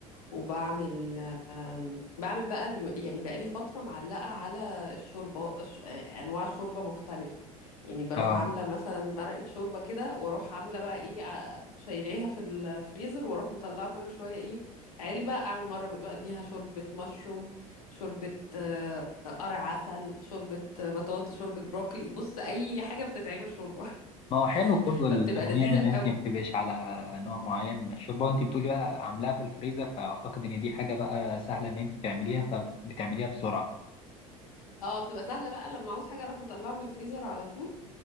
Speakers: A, on the left; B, on the left.
A: وبعمل آم، بعمل بقى اليو- يعني بقى لي فترة معلقة على الشوربة ش- أنواع شوربة مختلفة يعني بروح
B: اه
A: عاملة مثلا مرقة شوربة كده وأروح عاملة بقى إيه ع- شايلاها في الفريزر وأروح مطلعة كل شوية إيه علبة أعمل مرة بقى بيها شوربة مشروم شوربة آه، قرع عسل شوربة بطاطس شوربة بروكلي بص أي حاجة بتتعمل شوربة <laughs>
B: ما هو حلو برضه التنويع
A: فبتبقى لذيذة
B: ان
A: قوي
B: انت ما تبقيش على نوع معين من الشوربه وانت بتقولي بقى عاملاها في الفريزر فاعتقد ان دي حاجه بقى سهله ان انت تعمليها فبتعمليها بسرعه
A: اه بتبقى سهلة بقى لما عاوز حاجة أروح مطلعة من الفريزر على طول